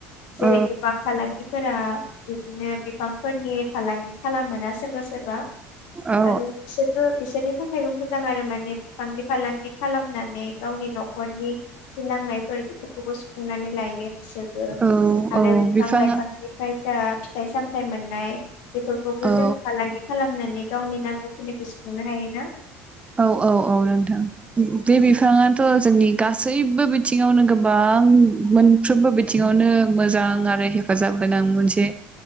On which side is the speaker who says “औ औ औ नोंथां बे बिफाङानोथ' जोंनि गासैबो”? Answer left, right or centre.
Right